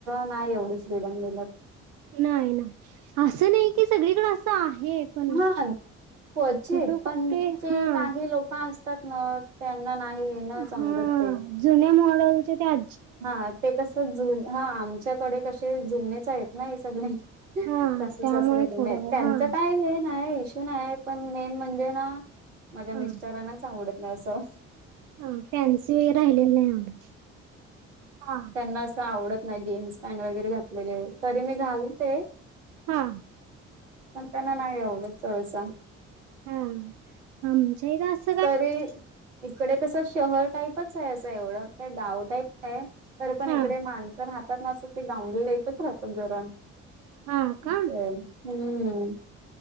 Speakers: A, on the right (about 80°); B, on the right (about 55°).
A: नाय एवढ फ्रीडम मीळत
B: नाही नाही असं नाही की सगळीकडे असं आहे पण
A: हा क्वचित
B: कुठे कुठे
A: पणचे
B: हा
A: काही लोक असतात ना त्यांना नाही ये ना समजत
B: हा
A: ते
B: जुन्या मॉडेलच्या त्या आ
A: हा ते कसं जु हा आमच्याकडे कसे जुनेच आहेत ना हे सगळे
B: हा
A: सासू
B: त्यामुळे
A: सासरे जुने
B: थोडं
A: आहेत त्यांच
B: हा
A: काय नाय इश्यू नाय पण मेन म्हणजे ना माझ्या मिस्टरांनाच
B: हा
A: आवडत नाही असं
B: हा फॅन्सी वगैरे राहिलेलं नाही आवडत हा
A: ना असं आवडत नाही जीन्स पॅन्ट वगैरे घातलेले तरी मी घालते
B: हा
A: पण त्यांना नाही आवडत सहसा
B: हम आमच्याईथ अस
A: तरी इकडे तसं शहर टाईपच आहे असं एवढं का गाव टाईप आहे तर पण
B: हा
A: इकडे माणसर हातात नसत ते गाऊंडळ टाईपच राहतात जरा
B: हा का?
A: असं आहे. हम्म